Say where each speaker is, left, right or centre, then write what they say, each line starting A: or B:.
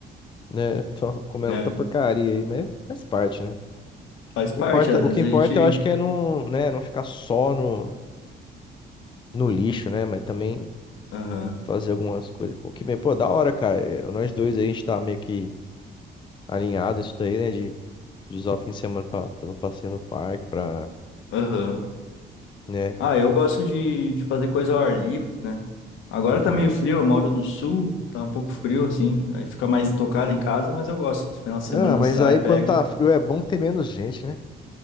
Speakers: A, on the left; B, on the left.
A: né? Tô comendo
B: né?
A: muita porcaria aí, mas faz parte, né? O
B: Faz parte,
A: que importa,
B: às
A: o
B: vezes
A: que importa,
B: a gente.
A: eu acho que é não, né, não ficar só no, no lixo, né? Mas também
B: Aham,
A: fazer algumas coisas. Pô, que bem, pô, da hora, cara. É, Nós dois aí, a gente tá meio que alinhado isso daí, né? De, de usar o fim de semana pra fazer um passeio no parque, pra,
B: aham.
A: né?
B: Ah, eu gosto de, de fazer coisa ao ar livre, né? Agora
A: Aham.
B: tá meio frio, eu moro no sul, tá um pouco frio, assim. Aí fica mais intocado em casa, mas eu gosto. Final de semana
A: Ah, mas
B: sai,
A: aí
B: pega.
A: quando tá frio é bom que tem menos gente, né?